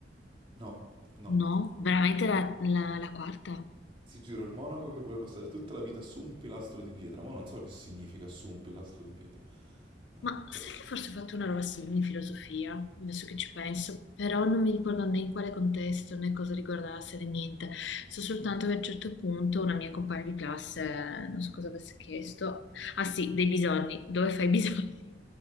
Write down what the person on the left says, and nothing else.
no, veramente la la- la quarta.
Ma
sai che forse ho fatto una roba simile in filosofia, adesso che ci penso, però non mi ricordo né in quale contesto né cosa riguardasse né niente. So soltanto che a un certo punto una mia compagna di classe, eh, non so cosa avesse chiesto, ah sì, dei bisogni, dove fai i bisogni?